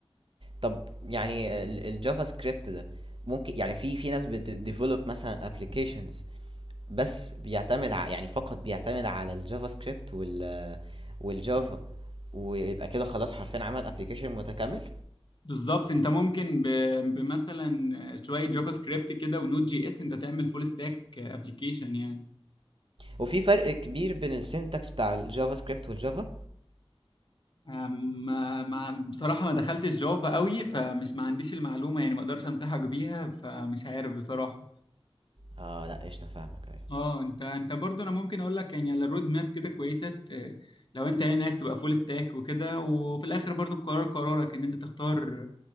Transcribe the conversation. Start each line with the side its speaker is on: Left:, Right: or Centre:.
Right: طب يعني ال- الجافا سكريبت ده ممكن يعني في في ناس بتديفلوب مثلا ابلكيشنز بس بيعتمد ع... يعني فقط بيعتمد على الجافا سكريبت وال والجافا ويبقى كده خلاص حرفيا عمل ابلكيشن متكامل
Left: بالظبط انت ممكن ب... بمثلا شويه جافا سكريبت كده ونوت جي اس انت تعمل فول ستاك ابلكيشن يعني
Right: وفي فرق كبير بين السينتاكس بتاع الجافا سكريبت والجافا
Left: أم- ما ما- بصراحة ما دخلتش جافا قوي فمش ما عنديش المعلومة يعني ما اقدرش انصحك بيها فمش عارف بصراحة
Right: اه لا قشطه فاهمك
Left: اه انت انت برضه انا ممكن اقول لك يعني على الرود ماب كده كويسة ت- لو انت يعني عايز تبقى فول ستاك وكده وفي الاخر برضه القرار قرارك ان انت تختار